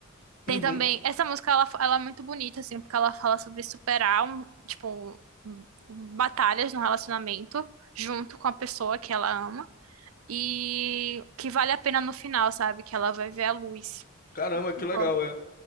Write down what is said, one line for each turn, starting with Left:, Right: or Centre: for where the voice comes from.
Right: Tem
Left: Uhum.
Right: também. Essa música, ela, ela é muito bonita, assim, porque ela fala sobre superar, um, tipo, um, batalhas no relacionamento junto com a pessoa que ela ama. E que vale a pena no final, sabe? Que ela vai ver a luz.
Left: Caramba,
Right: E, tipo,
Left: que legal, é.